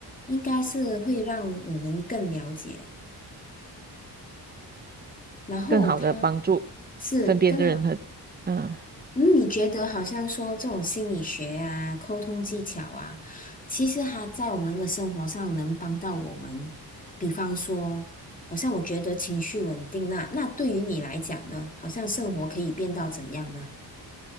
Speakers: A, on the left (about 20°); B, on the right (about 25°).
A: 应该是会让我们更了解，然后它
B: 更好的帮助
A: 是更好。
B: 身边的人和嗯，
A: 嗯，你觉得好像说这种心理学啊、沟通技巧啊，其实它在我们的生活上能帮到我们。比方说，好像我觉得情绪稳定那那对于你来讲呢，好像生活可以变到怎样呢？